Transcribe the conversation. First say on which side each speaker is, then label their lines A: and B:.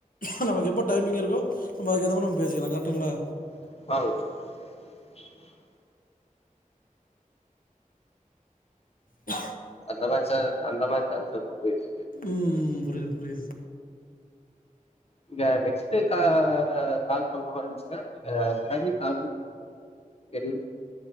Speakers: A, on the left; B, on the left.
A: அ நமக்கு எப்போ டைமிங் இருக்கு நம்ம அதுக்குயேதா மாரி நம்ப பேசிக்லாம் கரட்ங்களா
B: <inaudible>
A: ஹ
B: அதங்க சார் அந்த மாரி தான் சார் இப்போ போய் <inaudible>
A: ம் ம். புரியுது புரியுது.
B: இங்க நெக்ஸ்ட் கால் கால் பண்ணற மாரி இன்ச்சுக்க நீங்க <inaudible> என்ல்